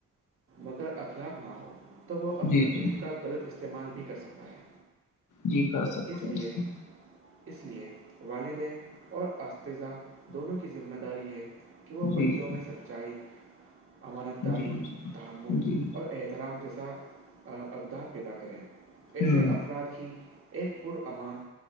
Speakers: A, on the right; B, on the left.
A: مگر اخلاق نہ ہو تو وہ اپنے
B: جی
A: علم
B: جی
A: کا غلط استعمال بھی کر سکتا ہے
B: جی کر سکتا
A: اس لیے
B: ہیں
A: اس لیے والدیں اور اساتذہ دونوں کی ذمہ داری ہے کہ وہ بچوں
B: جی جی
A: میں سچائی امانت داری
B: جی جی
A: تحمل
B: جی
A: اور احترام جیسا اقدار پیدا کریں ایسے
B: ہ
A: افراد ہی ایک پر امان